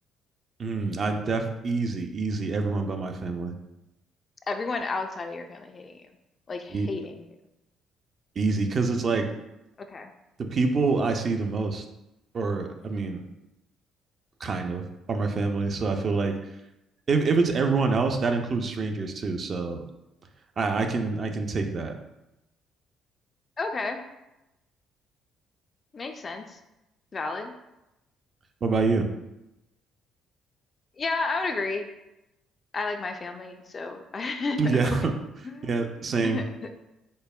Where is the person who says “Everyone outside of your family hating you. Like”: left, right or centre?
Left